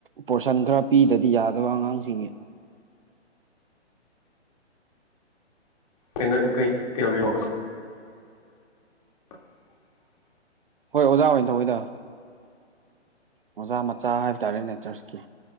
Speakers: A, on the right (about 50°); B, on the left (about 30°).
A: ꯄꯣꯔꯁꯟ ꯈꯔ ꯄꯤꯗꯗꯤ ꯌꯥꯗꯕ ꯑꯉꯥꯡꯁꯤꯡꯒꯤ
B: ꯀꯩꯅꯣ ꯀꯩ ꯀꯧꯔꯤꯣ <inaudible>
A: ꯍꯣꯏ ꯑꯣꯖꯥ ꯑꯣꯏꯅ ꯊꯧꯋꯏꯗ ꯑꯣꯖꯥ ꯃꯆꯥ ꯍꯥꯏꯕ ꯇꯥꯔꯦꯅꯦ ꯆꯔꯆꯀꯤ